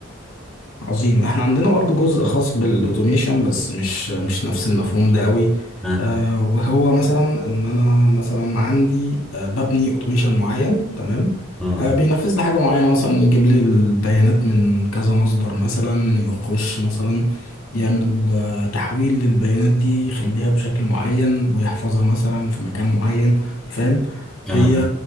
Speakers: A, on the left (about 85°); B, in the centre.
A: عظيم احنا عندنا برضو جزء خاص بالاوتوميشن بس مش مش نفس المفهوم ده قوي
B: اه
A: آه وهو مثلا ان انا مثلا عندي آه ببني اوتوميشن معين تمام
B: اه
A: آه بينفذ لي حاجه معينه مثلا يجيب لي البيانات من كذا مصدر مثلا يخش مثلا يعمل آه تحويل للبيانات دي يخليها بشكل معين ويحفظها مثلا في مكان معين فاهم
B: اه
A: هي